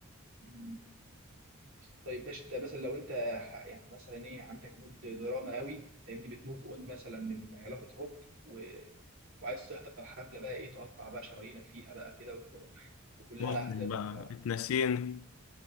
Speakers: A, on the right; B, on the left.
A: مم. طيب ماشي انت مثلا لو انت ح- يعني مثلا ايه عندك مود دراما قوي فاهمني بتموف اون مثلا من علاقه حب و... وعايز تحضر حفله بقى ايه تقطع بقى شرايينك فيها بقى كده و... وكلها
B: مسلم
A: احزان
B: بقى
A: وفرح
B: اتنسينا